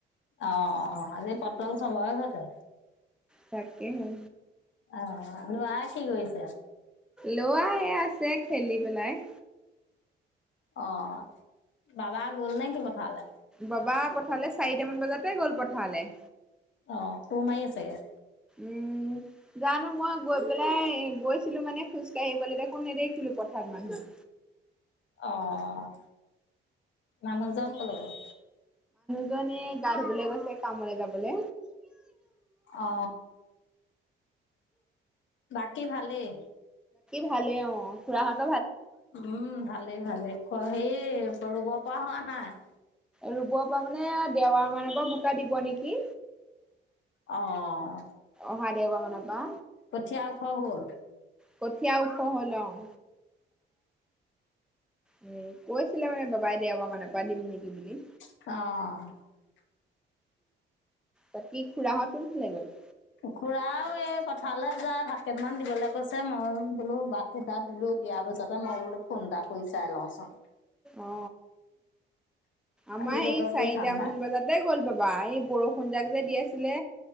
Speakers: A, on the left; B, in the centre.
A: অঁ, আজি পটল চবৰে ঘৰতে।
B: তাকেহে।
A: অ', লৰায়ে কি কৰিছে?
B: লৰা এই আছে খেলি পেলাই।
A: অ', বাবা গ'ল নে কি পথাৰলে?
B: বাবা পথাৰলৈ চাৰিটামান বজাতে গ'ল পথাৰলৈ।
A: অঁ, কুৰ মাৰি আছেগে?
B: উম, জানো মই গৈ পেলাই গৈছিলো মানে খোজকাঢ়িবলৈ দেখোন নেদেখিলো পথাৰত মানুহ।
A: অ', মানুহজন কলৈ গল?
B: জন গা ধুবলৈ গৈছে কামলে যাবলে।
A: অ বাকী ভালেই।
B: ভালে অঁ, খুৰাহত
A: উম ভালেই ভালেই, খ সেই ৰুব পৰা হোৱা নাই?
B: ৰুবৰ পৰা মানে দেওবাৰ মানৰ পৰা বোকা দিব নেকি!
A: অঁ।
B: অহা দেওবাৰ মানৰ পৰা।
A: কঠীয়া ওখ হল?
B: কঠীয়া ওখ হল অঁ। উম, কৈছিলে মানে বাবাই দেওবাৰ মান পৰা দিম নেকি বুলি।
A: অঁ।
B: বাকী খুৰাহঁত কলৈ গ'ল?
A: খুৰাও এই পথাৰলৈ যায় ভাত কেইটামমান দিবলৈ কৈছে মই বোলো বাটটো <unintelligible> দিয়াৰ পিছতেহ মই বোলো ফোন এটা কৰি চাই লওঁচোন।
B: অ আমাৰ
A: আজি বতৰতো
B: সেই চাৰিটা
A: ঠাণ্ডা
B: মান বজাতে গ'ল বাবা এই বৰষুণ যাক যে দি আছে আছিলে,